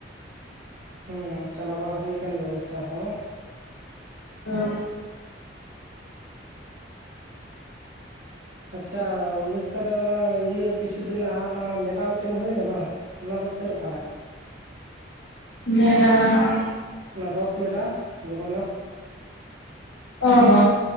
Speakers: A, on the right; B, on the left.
A: ᱦᱩᱸ ᱪᱟᱞᱟᱣ ᱵᱟᱲᱟ ᱦᱩᱭ ᱟᱠᱟᱱ ᱜᱮᱭᱟ ᱩᱲᱤᱥᱟ ᱦᱚᱸ
B: <unintelligible>
A: ᱟᱪᱪᱷᱟ ᱩᱲᱤᱥᱟ ᱨᱮ ᱚᱱᱟ ᱤᱭᱟᱹ ᱠᱤᱪᱷᱩ ᱫᱤᱱ ᱞᱟᱦᱟ ᱚᱱᱟ ᱢᱮᱞᱟ ᱢᱤᱫᱴᱟᱝ ᱦᱩᱭᱮᱱᱟ ᱵᱟᱝ ᱚᱱᱟ ᱫᱚ ᱛᱤᱱᱟᱹᱜ ᱯᱷᱟᱨᱟᱠ
B: ᱢᱮᱞᱟ <unintelligible>
A: ᱚᱱᱟ ᱨᱚᱛᱷ ᱢᱮᱞᱟ ᱡᱚᱜᱚᱱᱱᱟᱛᱷ
B: ᱚ ᱦᱚ